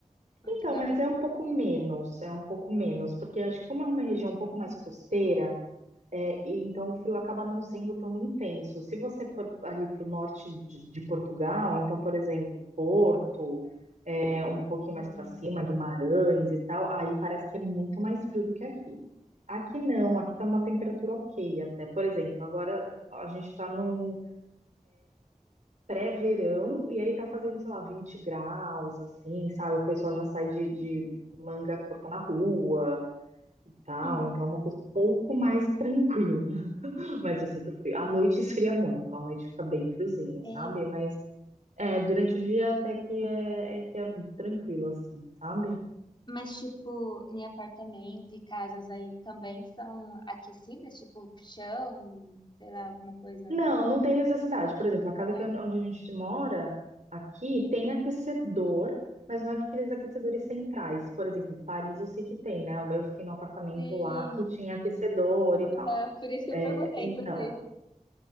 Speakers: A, on the left; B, on the right.
A: Portugal
B: Então, mas
A: é frio.
B: é um pouco menos, é um pouco menos, porque acho que como é uma região um pouco mais costeira, é, e então o frio acaba não sendo tão intenso. Se você for ali pro norte de, de Portugal, então, por exemplo, Porto um pouquinho
A: Hum.
B: mais para cima, Guimarães e tal, aí parece que é muito mais frio do que aqui. Aqui não, aqui tá uma temperatura ok até. Por exemplo, agora a gente tá num pré-verão e aí tá fazendo, sei lá, 20 graus, assim, sabe? O pessoal já sai de, de manga curta na rua e tal,
A: Uhum.
B: então é uma coisa um pouco mais tranquila. <laughs> Mas eu sinto frio. À noite esfria muito, à noite fica bem friozinho,
A: E-
B: sabe? Mas é, durante o dia até que é, é que é tranquilo, assim, sabe?
A: mas, tipo, em apartamento e casas aí também são aquecidas, tipo, chão, sei lá, alguma coisa,
B: Não, não tem necessidade. Por exemplo, a casa
A: né?
B: que, onde a gente mora, aqui, tem aquecedor, mas não é aqueles aquecedores centrais. Por exemplo, Paris eu sei que tem, né? Eu fiquei num apartamento
A: Sim,
B: lá que tinha aquecedor e tal.
A: Aham, Por isso que
B: É,
A: eu perguntei,
B: então,
A: inclusive.